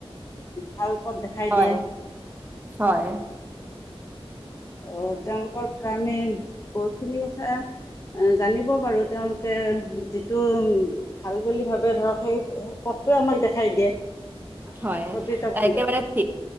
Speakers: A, on the left; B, on the right.
A: ভাল পথ দেখা
B: হয়,
A: দিয়ে,
B: হয়।
A: অ', তেওঁলোকৰ গামেম বহুতখিনি কথা আ জানিব পাৰোঁ। তেওঁলোকে যিটো ভাল বুলি ভাবে ধৰক, সেই পথটোৱে আমাক দেখাই দিয়ে।
B: হয়,
A: প্ৰকৃত বন্ধুৱে
B: একেবাৰে ঠিক।